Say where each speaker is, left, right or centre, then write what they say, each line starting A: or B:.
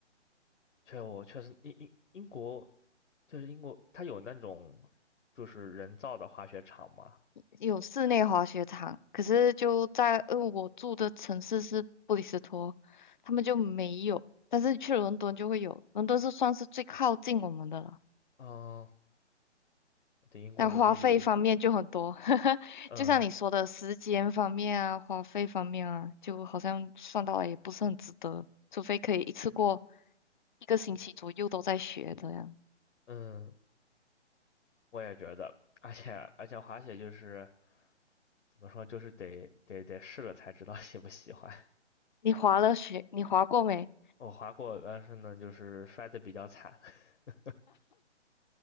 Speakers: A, on the left; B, on the left.
A: 确我确实英英英国就是英国，它有那种就是人造的滑雪场嘛。
B: 有室内滑雪场，可是就在，呃我住的城市是布里斯托，他们就没有，但是去伦敦就会有，伦敦是算是最靠近我们的了。
A: 啊，对英国的地理，
B: 但花费方面就很多，<laughs>
A: 嗯
B: 就像你说的时间方面啊，花费方面啊，就好像算到来也不是很值得，除非可以一次过一个星期左右都在学这样。
A: 嗯，我也觉得，而且而且滑雪就是怎么说，就是得得得试了才知道喜不喜欢。
B: 你滑了雪，你滑过没？
A: 我滑过，但是呢，就是摔的比较惨。<laughs>